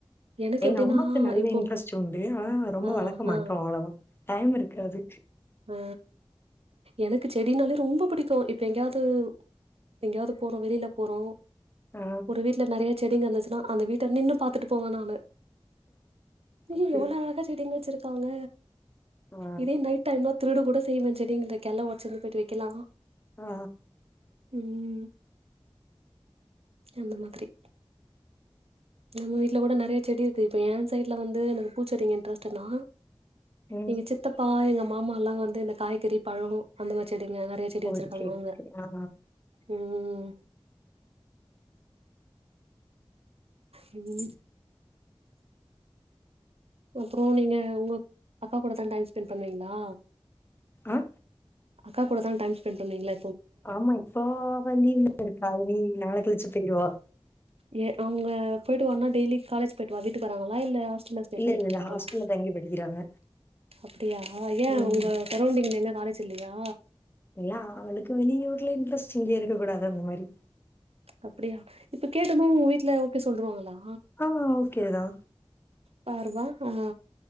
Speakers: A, on the right (about 80°); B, on the left (about 20°).
A: எனக்கு
B: எங்க
A: எப்டின்னா
B: அம்மாக்கு நல்ல
A: இப்போ
B: இன்ட்ரெஸ்ட் உண்டு ஆனா ரொம்ப
A: ஆ,
B: வளக்க மாட்டோ
A: ஆ,
B: அவ்ளோல்லா டைம் இருக்காது
A: அ எனக்கு செடினாலே ரொம்ப புடிக்கு இப்ப எங்கயாவ்து எங்கயாவ்து போறோ வெளில போறோ
B: ஆ
A: ஒரு வீட்ல நெறைய செடிங்க இருந்துச்சுன்னா அந்த வீட்ட நின்னு பாத்துட்டு போவ நானு ம்
B: அப்டி
A: ம் எவ்ளோ அழகா செடிங்க வெச்சிருக்காங்க
B: ஆ
A: இதே நைட் டைம்னா திருட கூட செய்வே செடிங்கள்து கெள ஒட்ச்சினு போய்ட்டு வெக்கலா
B: ஆ
A: ம் அந்த மாதிரி நம்ம வீட்ல கூட நெறையா செடி இருக்கு இப்ப ஏ சைட் ல வந்து எனக்கு பூச்செடி இன்ட்ரெஸ்ட்டுனா
B: ம்
A: எங்க சித் தப்பா எங்க மாமால்லா வந்து இந்த காய்கறி, பழோ அந்த மாரி செடிங்க நெறையா செடி
B: ஓ
A: வெச்சிருக்காங்க
B: சேரி
A: அவுங்க
B: சேரி ஆ
A: ம் ம் அப்றோ நீங்க உங்க அக்கா கூட தா டைம் ஸ்பெண்ட் பண்ணுவீங்ளா
B: ஆ
A: அக்கா கூட தா டைம் ஸ்பெண்ட் பண்ணுவீங்ல?
B: ஆமா இப்போ அவ லீவ்ல இருக்கறா இனி நாள கழிச்சு போயிருவா
A: ஏ அவுங்க போயிடுவான்னா டெய்லி காலேஜ் போயிட்டு வா வீட்டுக்கு வராங்களா இல்ல ஹாஸ் இன்னு ஸ்டே
B: இல்ல,
A: பண்ணிட்ருக்குறாங்களா
B: இல்ல, இல்ல ஹாஸ்டல்ல தங்கி படிக்கிறாங்க.
A: அப்படியா ஏ
B: ம்.
A: உங்க சரௌண்டிங்ல என்ன காலேஜ் இல்லையா
B: இல்ல அ அவளுக்கு வெளி ஊருல இன்ட்ரெஸ்டு இங்க இருக்ககூடாது அந்மாரி
A: அப்படியா இப்ப கேட்டது உங்க வீட்ல ஓகே சொல்ருவாங்களா
B: ஆ ஓகே தா
A: பாருபா ஆ